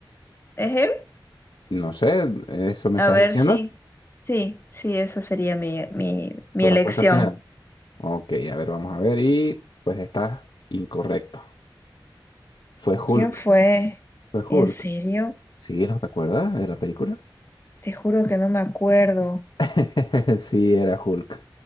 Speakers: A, on the left; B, on the left.
A: ¿Es él?
B: No sé, ¿eso me
A: A
B: estás
A: ver,
B: diciendo?
A: sí, sí, sí, esa sería mi, mi, mi
B: ¿Tu
A: elección.
B: respuesta final? Ok, a ver, vamos a ver. Y pues está incorrecto. Fue Hulk.
A: ¿Quién fue?
B: Fue
A: ¿En
B: Hulk.
A: serio?
B: ¿Sí? ¿No te acuerdas de la película?
A: Te juro que no me acuerdo.
B: <laughs> Sí, era Hulk.